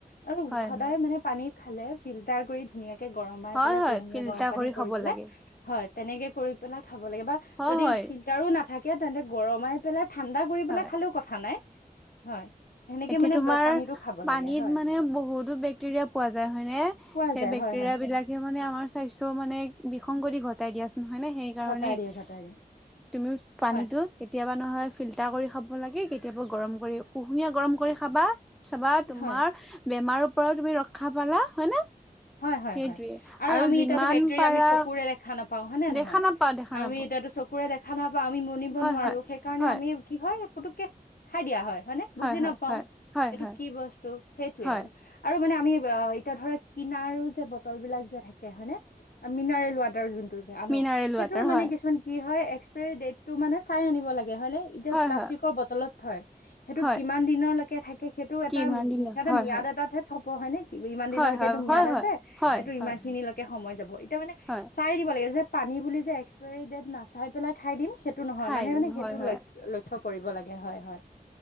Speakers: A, on the left; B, in the centre.
A: আৰু
B: হয় হয়
A: সদায়
B: হয়
A: মানে পানী খালে ফিল্টাৰ কৰি ধুনীয়াকে গৰমাই
B: হয়
A: পেলাই
B: হয়
A: কুহুমীয়া
B: ফিল্টাৰ
A: গৰম পানী
B: খাব
A: কৰি পেলাই
B: লাগে
A: হয় তেনেক তেনেকে কৰি পেলাই খাব লাগে বা
B: হয়
A: যদি
B: হয়
A: ফিল্টাৰো নাথাকে তেন্তে গৰমাই পেলাই ঠাণ্ডা কৰিেলা
B: হয়
A: খালেও কথা নাই হয়। সেনেকে
B: এতিয়া
A: মানে
B: তোমাৰ
A: পানীটো খাব
B: পানীত
A: লাগে হয়
B: মানে বহুতো বেক্টেৰিয়া পোৱা যায় হয় নে সেই
A: পোৱা যায়
B: বেক্ বেক্টেৰিয়া
A: হয় হয়
B: বিলাকে মানে আমাৰ স্বাস্থ্যৰ মানে বিসংগতি ঘটাই দিয়া নহয় নে সেই কাৰণেই
A: ঘটাই দিয়ে ঘটাই দিয়ে
B: তুমি পানীতো
A: হয়
B: কেতিয়াবা নহয় ফিল্টাৰ কৰি খাব লাগে কেতিয়াবা গৰম কৰি কুহুমীয়া গৰম কৰি খাবা। চবা তোমাৰ
A: হয়।
B: বেমাৰৰও পৰাও তুমি ৰক্ষা পালা হয় নে?
A: হয় হয়
B: সেইটোৱে
A: হয় আৰু আমি
B: যিমান
A: এতিয়াতো বেক্টেৰিয়া
B: পাৰা
A: আমি চকুৰে দেখা নাপাও হয় নে নে
B: দেখা
A: নহয়।
B: নাপাও দেখা
A: আমি
B: নাপাও
A: এতিয়াটো চকুৰে দে দেখা নাপাওঁ, আমি মনিব
B: হয়
A: নোৱাৰো
B: হয়
A: সেই কাৰণে
B: হয়
A: আমি কি হয় পুতুককে খাই দিয়া হয়। হয়নে বুজি
B: হয় হয়
A: নাপাও
B: হয় হয়
A: এইটো
B: হয়
A: কি বস্তু সেইটোয়ে
B: হয়
A: আৰু আৰু মানে আমি এতিয়া ধৰা কিনাৰো যে বটল বিলাক যে থাকে। হয় নে মিনাৰেল ৱাটাৰ যোনটো যে আনো
B: মিনাৰেল
A: সেইটো
B: ৱাটাৰ
A: মানে
B: হয়
A: কিছুমান কি হয় এক্সপিৰে ডেটটো মানে চাই আনিব লাগে। হয় নে এতিয়া
B: হয়
A: প্লাষ্টিকৰ
B: হয়
A: বটলত থয় সেইটো
B: হয়
A: কিমান দিনৰ লৈকে থাকি সেইটো এটা
B: কিমান দিনৰ
A: মিঠাতে
B: হয়
A: ম্যাদ
B: হয়
A: এটা হে থব হয় নে ইমান
B: হয়
A: দিনলৈকে
B: হয়
A: এইটো
B: হয়
A: ম্যাদ
B: হয়
A: আছে
B: হয়
A: এইটো
B: হয়
A: ইমান খিনিলৈকে সময় যাব এতিয়া মানে
B: হয়
A: চাই দিব লাগে যে পানী বুলি যে এক্সপায়ৰী ডেট নাচাই পেলাই খাই দিম সেইটো নহয়।
B: খাই
A: মানে
B: দিম
A: মানে সেইটো
B: হয় হয়
A: লক্ষ্ লক্ষ্য কৰিব লাগে হয় হয়।